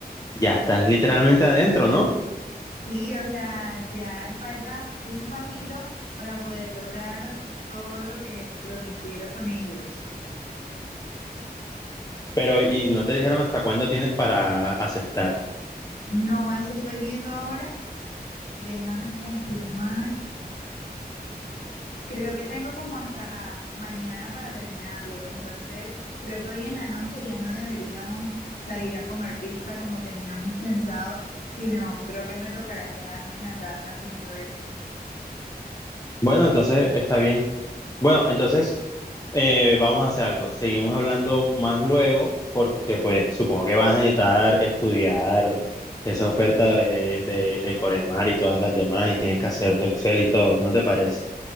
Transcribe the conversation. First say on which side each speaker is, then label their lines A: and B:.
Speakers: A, on the left; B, on the left.
A: ya estás literalmente adentro, ¿no?
B: sí, o sea, ya falta un pasito para poder lograr todo lo que, lo que quiero con ellos.
A: Pero, ¿y no te dijeron hasta cuándo tienes para aceptar?
B: No, eso estoy viendo ahora. Déjame confirmar. Creo que tengo como hasta mañana para terminarlo, entonces creo que hoy en la noche ya no deberíamos salir a comer pizza como teníamos pensado, sino creo que me tocará quedarme en la casa haciendo esto.
A: Bueno, entonces está bien. Bueno, entonces eh, vamos a hacer algo. Seguimos hablando más luego porque pues supongo que vas a necesitar estudiar esa oferta de, de, de Coremar y todas las demás y tienes que hacer tu Excel y todo, ¿no te parece?